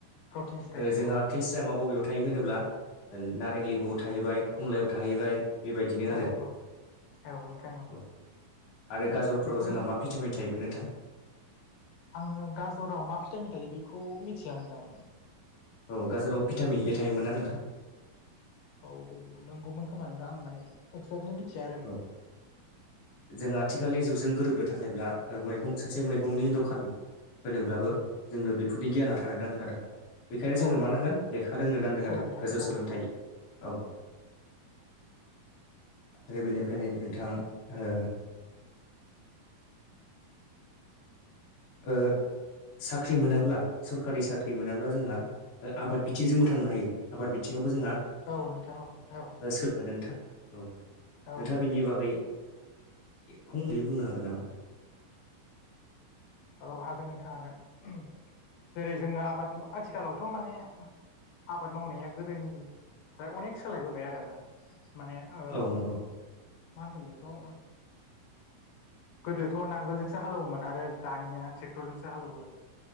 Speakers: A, on the left (about 80°); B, on the left (about 60°).
A: प्रटिन्स थायो
B: ओ जोंहा
A: औ
B: केलसि सियामा बबेयाव थायो होनोब्ला नारें लेबुआव थाहैबाय खमलायाव थाहैबाय बेबायदिनो आरो
A: औ औ औ नोंथां
B: औ आरो गाजरफोराव
A: बेफोरनि
B: जोंहा मा भिटामिन थायोमोन नोंथां
A: आङो गाजराव मा फिटामिन थायो बेखौ मिथिया नोंथां
B: औ गाजाराव भिटामिन ए थायोमोन ना नोंथां
A: औ औ नंगौमोन खोमा नोंदां आं माने एक्जेक्टलि मिथिया आरो बेखौ
B: औ जों आथिखालनि जुगजों गोरोबनो थाखायब्ला मैगं सासे मैगंनि दखान होनोब्लाबो जोंनो बेफोरनि गियाना थानो नांगोन आरो बेखायनो जों
A: औ
B: रमानांगोन
A: औ
B: लेखा रोंनो नांगोन
A: सोलोंथाइ
B: आरो गोजौ सोलोंथाइ
A: औ औ
B: औ आरो बेनिफ्राय नोंथां ओ ओ साख्रि मोनाब्ला सरखारि साख्रि मोनाब्ला जोंहा ओ आबाद बिथिंजों थांनो हायो आबाद बिथिंआवबो जोंहा
A: औ नोंथां औ
B: सोलों नोंथां औ
A: औ औ
B: नोंथांआ बेनि बागै फंनैै बुंनो हागोन नामा
A: औ हागोन नोंथां हागोन जेरै जोंनो आबाद आथिखालावथ' माने आबाद मावनाया गोदोनिफ्राय अनेक सोलायबोबाय आरोना माने ओ
B: औ
A: मा
B: नंगौ
A: होनगोन बेखौ गोदोथ' नांगोलजोंसो हालौवोमोन आरो दानिआ ट्रेक्टरजोंसो हालौवो